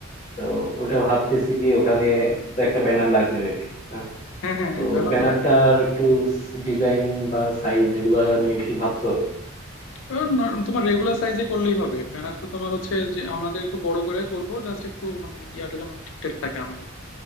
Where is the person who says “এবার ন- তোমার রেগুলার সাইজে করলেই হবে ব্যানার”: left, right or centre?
Left